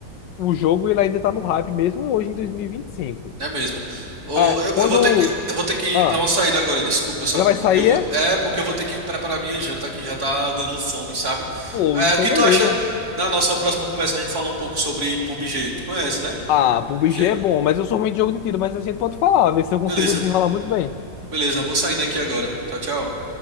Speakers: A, on the left; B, on the right.
A: o jogo ele ainda tá no hype mesmo hoje em 2025.
B: É mesmo. Ô,
A: Ah,
B: eu,
A: quando
B: eu vou ter que, eu vou ter que
A: ah,
B: dar uma saída agora, desculpa, só
A: já vai
B: porque
A: sair
B: eu vou,
A: é,
B: é porque eu vou ter que preparar minha janta que já tá dando fome, sabe?
A: pô,
B: É,
A: então
B: o que
A: beleza.
B: tu acha na nossa próxima conversa a gente falar um pouco sobre PUBG? Tu conhece, né?
A: Ah, PUBG
B: PUBG?
A: é bom, mas eu sou ruim de jogo de tiro, mas a gente pode falar, ver se eu consigo
B: Beleza.
A: desenrolar muito bem.
B: Beleza, vou saindo aqui agora. Tchau, tchau.